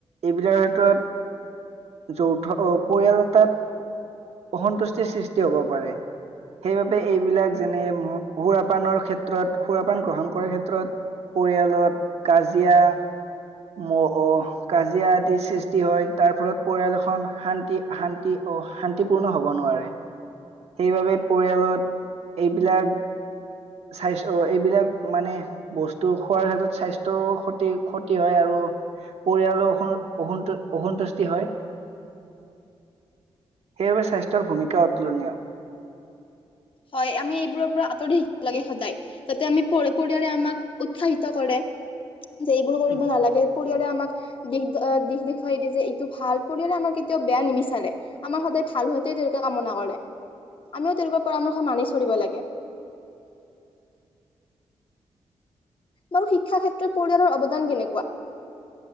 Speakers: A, on the right; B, on the left.
A: এইবিলাক ক্ষেত্ৰত যৌথ অ পৰিয়াল এটাত অসন্তুষ্টিৰ সৃষ্টি হব পাৰে। সেইবাবে এইবিলাক যেনে ম সুৰাপানৰ ক্ষেত্ৰত সুৰাপান গ্ৰহণ কৰাৰ ক্ষেত্ৰত পৰিয়ালত কাজিয়া ম অ কাজিয়া আদি সৃষ্টি হয় তাৰ ফলত পৰিয়াল এখন শান্তি শান্তি অ শান তি পূৰ্ণ হ'ব নোৱাৰে সেইবাবে পৰিয়ালত এইবিলাক স্বাস্থ্য এইবিলাক মানে বস্তু খোৱাৰ ক্ষেত্ৰত স্বাস্থ্যও ক্ষতি ক্ষত কি হয় আৰু পৰিয়ালৰ অস অসন্ত অসন্তুষ্টি হয়। সেইবাবে স্বাস্থ্যৰ ভূমিকা অতুলনীয়।
B: হয় আমি এইবোৰৰ পৰা আঁতৰি লাগে সদায়। যাতে আমি পৰে পৰিয়ালে আমাক উৎসাহিত কৰে যে এইবোৰ কৰিব
A: উম
B: নালাগে। পৰিয়ালে আমাক দিশ আ দিশ দেখুৱাই দিয়ে যে এইটো ভাল পৰিয়ালে আমাৰ কেতিয়াও বেয়া নিবিচাৰে। আমাৰ সদায় ভাল হোৱাতে তেওঁলোকে কামনা কৰে, আমিও তেওঁলোকৰ পৰামৰ্শ মানি চলিব লাগে। বাৰু শিক্ষা ক্ষেত্ৰত পৰিয়ালৰ অৱদান কেনেকুৱা?